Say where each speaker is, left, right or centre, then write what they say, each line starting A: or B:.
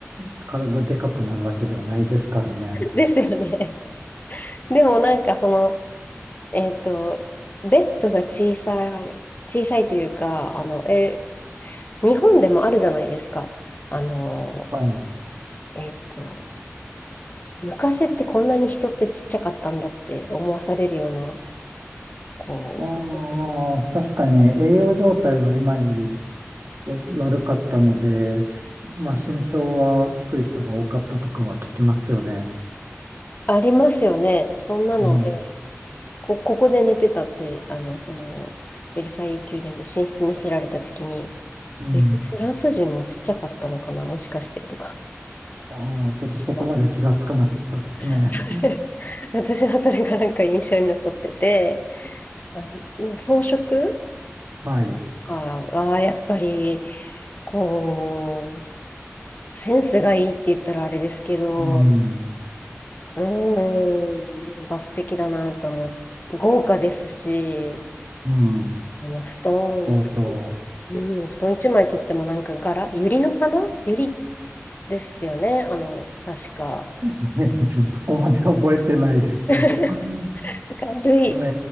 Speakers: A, on the right; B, on the left.
A: 体でかくなるわけではないですからね。
B: ですよね。でもなんかその、えっと、ベッドが小さい、小さいというか、あの、えー、日本でもあるじゃないですか。あの、
A: はい。
B: えっと、昔ってこんなに人ってちっちゃかったんだって思わされるような、こう、
A: ああ、
B: なんていう
A: 確かに栄養状態は今より悪かったので、まあ身長は低い人が多かったとかは聞きますよね。
B: のありますよね。そんなので、
A: うん。
B: こ、ここで寝てたって、あの、その、ベルサイユ宮殿で寝室見せられたときに、
A: うん。
B: え、フランス人もちっちゃかったのかな、もしかしてとか、
A: ああ、ちょっとそこまで気がつかなかったですね。
B: 私は <laughs> 私はそれがなんか印象に残ってて、あの、でも装飾と
A: はい。
B: かはやっぱり、こう、センスがいいって言ったらあれですけど、
A: うん。
B: うーん、なんか素敵だなと思う。豪華ですし、
A: うん。
B: あの布団、
A: そうそう。
B: うん、布団一枚とってもなんか柄、百合の花百合ですよね、あの、確か。
A: <laughs> ちょっとそこまで覚えてないですよ。
B: <laughs> な
A: <laughs>
B: んかルイ、
A: ね